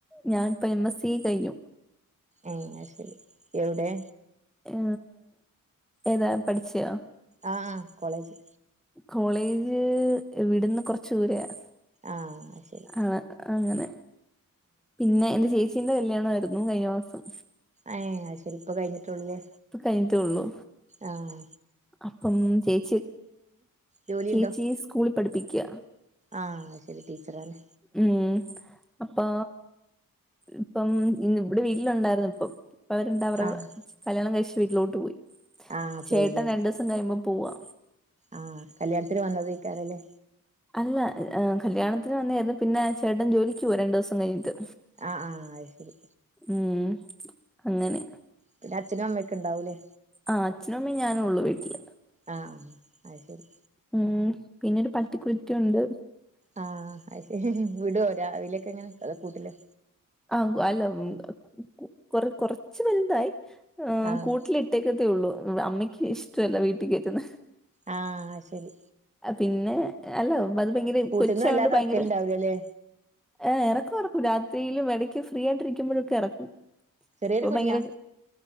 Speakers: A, in the centre; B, on the right.
A: ഞാൻപ്പ എം എസ് സി കയ്ഞ്ഞു.
B: ഏഹ് അത് ശെരി എവടെ
A: ഏ ഏതാ പഠിച്ചോ
B: ആഹാ കോളേജ്
A: കോളേജ് ഇവിട്ന്ന് കൊർച്ച് ദൂരെയാ
B: ആഹാ ശെരി
A: ആണ് അങ്ങനെ. പിന്നെ എന്റെ ചേച്ചീന്റെ കല്യാണായിര്ന്നു കഴിഞ്ഞ മാസം.
B: ഏയ് അത്ശെരിപ്പൊ കൈഞ്ഞിട്ടൊള്ളുലെ?
A: പ കൈഞ്ഞ്ട്ടൊള്ളു
B: ആഹാ
A: അപ്പം ചേച്ചി
B: ജോലി
A: ചേച്ചി
B: ഉണ്ടോ
A: സ്കൂളിൽ പഠിപ്പിക്ക്യാ
B: ആഹ് ശെരി ടീച്ചറാലെ
A: ഉഹും അപ്പൊ ഇപ്പം ഇന്ന് ഇവടെ വീട്ടിലുണ്ടായിര്ന്ന് ഇപ്പം. ഇപ്പ അവരുണ്ട അവരു
B: ആഹ്
A: കല്യാണം കഴിച്ച വീട്ടിലോട്ട് പോയി.
B: ആഹ് പോയില്ലേ
A: ചേട്ടൻ രണ്ട്സം കഴിയുമ്പോ പോവാ.
B: ആഹ് കല്യാണത്തിന് വന്നതേയ്ക്കാരലേ?
A: അല്ല കല്യാണത്തിന് വന്നേര്ന്നു. പിന്നെ ചേട്ടൻ ജോലിക്ക് പോരണ്ടൂസം കഴിഞ്ഞിട്ട്
B: ആഹ് ആഹാ അയ് ശെരി
A: ഉും അങ്ങനെ
B: നിൻ്റെ? അച്ഛനും അമ്മെക്കെണ്ടാവൂലേ
A: ആഹ് അച്ഛനുമമീം ഞാനുള്ളു വീട്ടിൽ
B: ആഹ് അത് ശെരി
A: ഉും പിന്നെരു പട്ടിക്കുട്ടിണ്ട്
B: ആഹ് അത്ശെരി ഹി ഹെ വിടോ രാവിലൊക്കെങ്ങനെ അതോ കൂട്ടിലോ?
A: ആഹു അല്ല കൊറേ കൊറേ കൊർച്ച് വൽതായി ഉം
B: ആഹ്
A: കൂട്ടില് ലിട്ടേക്കത്തേഉള്ളൂ അമ്മയ്ക്ക് ഇഷ്ട്ടല്ല വീട്ടീകേറ്റുന്നേ
B: ആഹാ അഹ് ശെരി
A: പിന്നെ അല്ല വ ങ്ങനെ
B: കൂട്ടിന്ന്
A: കൊച്ചായോണ്ട്
B: വല്ലാതെ
A: ഭയങ്കരെ
B: എറക്കലുണ്ടാവൂലല്ലേ
A: ഏഹ് എറക്കും എറക്കും രാത്രീലും എടക്ക് ഫ്രീ ആയിണ്ടിരിക്കുമ്പോഴൊക്കെ എറക്കും
B: ചെറിയൊരു
A: അപ്പൊ
B: കുഞ്ഞാ
A: ഭയങ്കരെ